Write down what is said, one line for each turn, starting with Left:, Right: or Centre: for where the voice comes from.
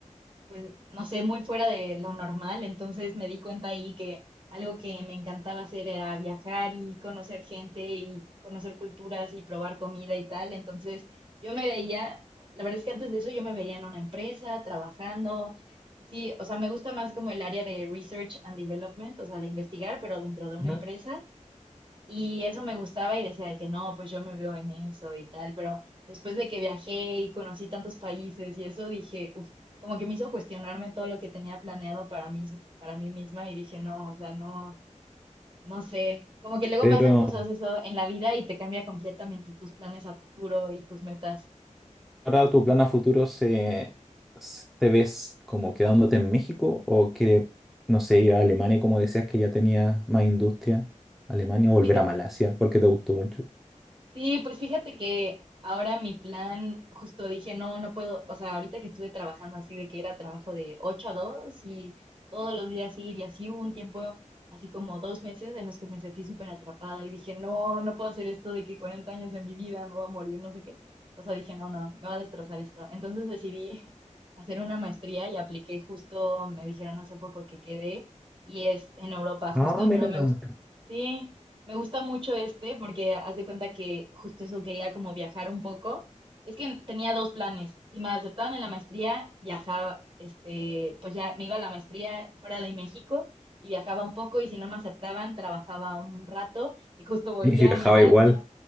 Right: pues, no sé, muy fuera de lo normal. Entonces me di cuenta ahí que algo que me encantaba hacer era viajar y conocer gente y conocer culturas y probar comida y tal. Entonces yo me veía, la verdad es que antes de eso yo me veía en una empresa trabajando. Sí, o sea, me gusta más como el área de research and development, o sea, de investigar, pero dentro de una
Centre: ¿no?
Right: empresa. Y eso me gustaba y decía de que no, pues yo me veo en eso y tal, pero después de que viajé y conocí tantos países y eso dije, uff, como que me hizo cuestionarme todo lo que tenía planeado para mí, para mí misma y dije, no, o sea, no, no sé, como que luego
Centre: Pero,
Right: pasan cosas eso en la vida y te cambia completamente tus planes a futuro y tus metas.
Centre: ahora tu plan a futuro se, se- te ves como quedándote en México o quieres, no sé, ir a Alemania como decías que ya tenía más industria? Alemania
Right: Pues
Centre: o volver
Right: fíjate,
Centre: a Malasia porque te gustó mucho.
Right: Sí, pues fíjate que ahora mi plan, justo dije, no, no puedo, o sea, ahorita que estuve trabajando así de que era trabajo de 8 a 2 y todos los días ir y así hubo un tiempo, así como dos meses en los que me sentí súper atrapada y dije, no, no puedo hacer esto de que 40 años de mi vida me voy a morir, no sé qué. O sea, dije, no, no, me va a destrozar esto. Entonces decidí <laughs> hacer una maestría y apliqué justo, me dijeron hace poco que quedé y es en Europa justo,
Centre: No, mira.
Right: pero me gusta. Sí, me gusta mucho este porque haz de cuenta que justo eso quería como viajar un poco. Es que tenía dos planes. Si me aceptaban en la maestría, viajaba, este, pues ya me iba a la maestría fuera de México y viajaba un poco y si no me aceptaban, trabajaba un rato y justo volvía
Centre: Y viajaba
Right: a Malasia.
Centre: igual.